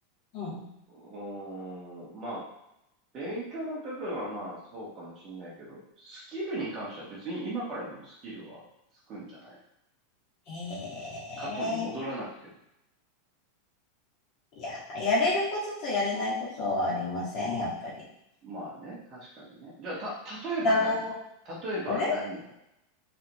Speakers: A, on the left; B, on the right.
A: うん
B: ーん、まあ、勉強の部分はまあそうかもしれないけど、スキルに関しては別に今からでもスキルはつくんじゃない
A: ええ
B: 過去に戻らなくても。
A: いや、やれることとやれないことはありません、やっぱり。
B: まあね、確かにね。じゃあ、た、例えば何
A: あー、
B: 例えば何を
A: あれ